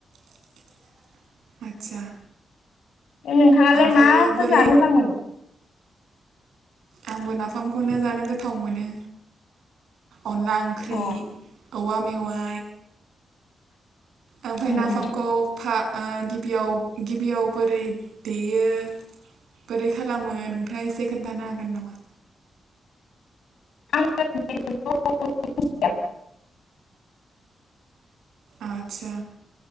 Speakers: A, on the right; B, on the left.
A: <unintelligible> आदसा
B: ए नोंथाङालाय
A: ओमफ्रायो
B: माखो
A: बोरै
B: जानोखो मोनो?
A: आंबो नाफामखौनो जानो गोथाव मोनो अनला ओंख्रि
B: अ
A: औवा मेवा ओमफ्राय
B: उम
A: नाफामखौ
B: उम
A: फा ओ गिबियाव गिबियाव बोरै देयो बोरै खालामो नोंथाङा एसे खोन्थानो हागोन नामा?
B: <unintelligible>
A: आदसा